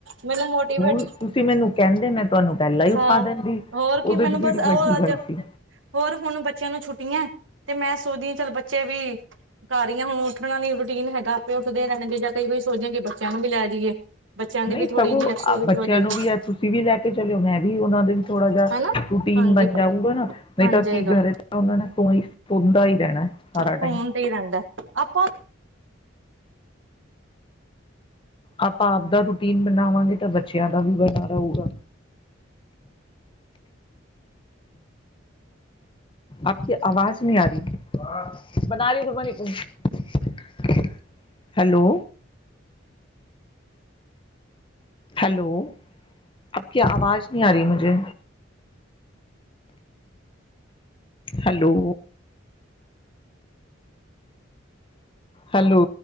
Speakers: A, on the right; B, on the left.
A: ਮੈਨੂੰ ਮੋਟੀਵੇਟ
B: ਨਹੀਂ ਜ਼ਰੂਰ ਤੁਸੀਂ ਮੈਨੂੰ ਕਹਿੰਦੇ ਮੈਂ ਤੁਹਾਨੂੰ ਪਹਿਲਾਂ ਹੀ
A: ਹਾਂ
B: ਉਠਾ ਦਿੰਦੀ
A: ਹੋਰ
B: ਉਹਦੇ
A: ਕੀ ਮੈਨੂੰ
B: 'ਚ ਕਿਹੜੀ
A: ਬਸ
B: ਵੱਡੀ
A: ਉਹ ਅੱਜ
B: ਗੱਲ ਸੀ
A: ਹੋਰ ਹੁਣ ਬੱਚਿਆਂ ਨੂੰ ਛੁੱਟੀਆਂ ਤੇ ਮੈਂ ਸੋਚਦੀ ਹਾਂ ਚੱਲ ਬੱਚੇ ਵੀ ਕਰ ਰਹੀ ਹ ਹੁਣ ਉੱਠਣਾ ਨ ਯੀਨ ਹੈਗਾ ਆਪੇ ਉੱਠਦੇ ਰਹਿਣਗੇ ਜਾਂ ਕਈ ਵਾਰੀ ਸੋ ਜਾਣਗੇ ਬੱਚਿਆਂ ਨੂੰ ਵੀ ਲੈ ਜਾਈਏ ਬੱਚਿਆਂ ਦੀ
B: ਨਹੀਂ
A: ਵੀ ਥੋੜ੍ਹੀ
B: ਸਗੋਂ
A: ਜਿਹੀ ਐਕਟੀਵਿਟੀ
B: ਬੱਚਿਆਂ
A: ਹੋ ਜਾਏਗੀ
B: ਨੂੰ ਵੀ ਹੈ ਤੁਸੀਂ ਵੀ ਲੈ ਕੇ ਚੱਲਿਓ ਮੈਂ ਵੀ ਉਹਨਾ ਦਾ ਵੀ ਥੋੜ੍ਹਾ ਜਿਹਾ
A: ਹਨਾ
B: ਰੂਟੀਨ
A: ਹਾਂਜੀ
B: ਬਣ ਜਾਊਗਾ ਨਾ ਨਹੀਂ
A: ਬਣ
B: ਤਾਂ
A: ਜਾਏਗਾ
B: ਕੀ ਘਰੇ ਤਾਂ ਉਹ ਨੇ ਸ ਸਣਦਾ ਹੀ ਰਹਿਣਾ ਸਾਰਾ
A: ਫੋਨ
B: ਟਾਈਮ
A: ਤੇ ਹੀ ਰਹਿੰਦਾ ਆਪਾਂ
B: ਆਪਾਂ ਆਪ ਦਾ ਰੂਟੀਨ ਬਣਾਵਾਂਗੇ ਤਾਂ ਬੱਚਿਆਂ ਦਾ ਵੀ ਬਣਾ ਰੂਗਾ ਆਪਦੀ ਆਵਾਜ਼ ਨੀ ਆ ਰਹੀ ਬ ਰਹੀ ਗਬ ਹੈਲੋ ਹੈਲੋ ਅ ਕ ਆਵਾਜ਼ ਨਹੀਂ ਆ ਰਹੀ ਮੁਝੇ ਹੈਲੋ ਹੈਲੋ